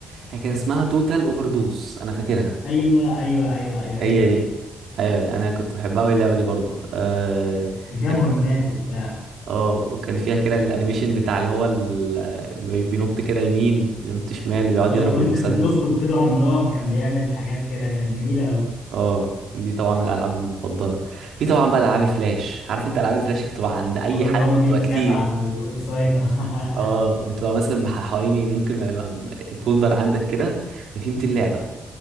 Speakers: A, on the right (about 75°); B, on the left (about 65°).
A: هي كان اسمها توتال اوفر دوس انا فاكرها
B: ايوه ايوه ايوه ايوه
A: هي
B: هي دي
A: دي ايوه انا كنت بحبها قوي اللعبة دي برضو آه
B: كان فيها
A: كان
B: مهمات وبتاع
A: اه وكان فيها كده الانيميشن بتاع اللي هو ال... بي- بينط كده يمين بينط شمال ويقعد
B: اه
A: يضرب
B: وانت
A: بالمسدس
B: بتنط وبتضرب نار كان بيعمل حاجات كده كانت جميله قوي
A: اه دي طبعا من الالعاب المفضلة في طبعا بقى العاب الفلاش عارف انت العاب الفلاش اللي بتبقى عند اي
B: اه اللي
A: حد
B: هما
A: بتبقى
B: 100 لعبه
A: كتير
B: على الويب سايت <laughs> اه
A: اه بتبقى مثلا مح- حوالي ممكن ما يبقى م- الفولدر عندك كده ما فيه 200 لعبه